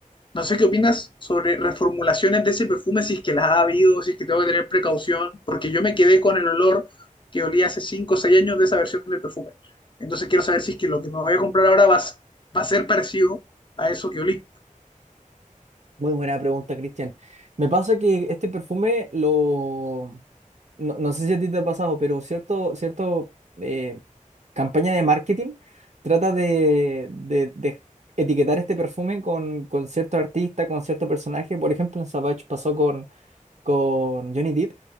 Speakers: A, on the left; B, on the right.
A: No sé qué opinas sobre reformulaciones de ese perfume, si es que las ha habido, si es que tengo que tener precaución, porque yo me quedé con el olor que olía hace 5 o 6 años de esa versión del perfume. Entonces quiero saber si es que lo que me voy a comprar ahora va, a s- va a ser parecido a eso que olí.
B: Muy buena pregunta, Cristian. Me pasa que este perfume lo... No, no sé si a ti te ha pasado, pero cierto, cierto eh, campaña de marketing trata de, de- de etiquetar este perfume con, con cierto artista, con cierto personaje. Por ejemplo, en Savage pasó con, con Johnny Depp.